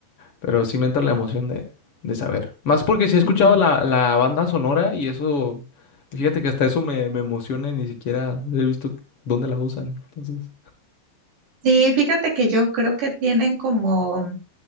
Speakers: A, on the left (about 55°); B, on the right (about 75°).
A: Pero sí me entra la emoción de, de saber. Más porque sí he escuchado
B: Ujú.
A: la, la banda sonora y eso, fíjate que hasta eso me, me emociona y ni siquiera he visto dónde la usan. Entonces,
B: Sí, fíjate que yo creo que tienen como